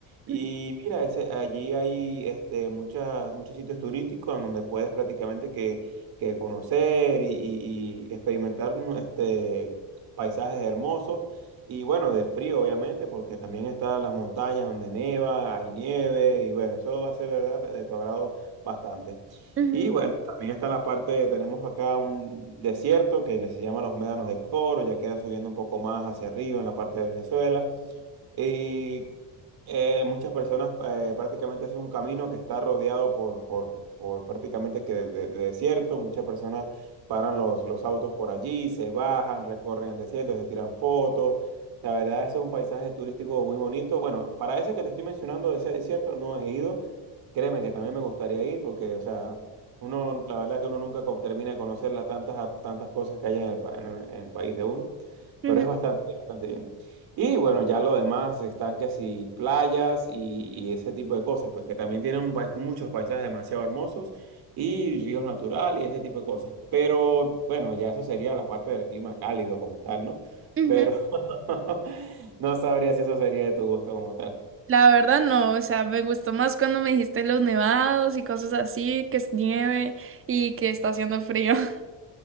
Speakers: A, on the right; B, on the right.
A: Y
B: Ujú,
A: mira, ese, allí hay este, muchas, muchos sitios turísticos en donde puedes prácticamente que, que conocer y, y- y experimentar ¿no? este, paisajes hermosos. Y bueno, de frío, obviamente, porque también están las montañas donde neva, hay nieve, y bueno, eso va a ser de verdad de tu agrado bastante.
B: ujú,
A: Y bueno, también está la parte, de- tenemos acá un desierto que le- se llama los Médanos de Coro, ya queda subiendo un poco más hacia arriba en la parte de Venezuela. Y eh, muchas personas eh, prácticamente es un camino que está rodeado por, por, por prácticamente que de, de- de desierto. Muchas personas paran los, los autos por allí, se bajan, recorren el desierto, se tiran fotos. La verdad, ese es un paisaje turístico muy bonito. Bueno, para ese que te estoy mencionando, de ese desierto, no he ido. Créeme que también me gustaría ir porque, o sea, uno, la verdad que uno nunca co- termina de conocer las tantas, a- tantas cosas que hay en el, pa- en el- en el país de uno,
B: ujú,
A: pero es bastante, bastante bien. Y bueno, ya lo demás están que si playas y, y ese tipo de cosas, pues que también tienen un pa- muchos paisajes demasiado hermosos y ríos naturales y ese tipo de cosas. Pero bueno, ya eso sería la parte del clima cálido como tal, ¿no?
B: ujú.
A: Pero <laughs> no sabría si eso sería de tu gusto como tal.
B: La verdad no, o sea, me gustó más cuando me dijiste los nevados y cosas así, que es nieve y que está haciendo frío. <laughs>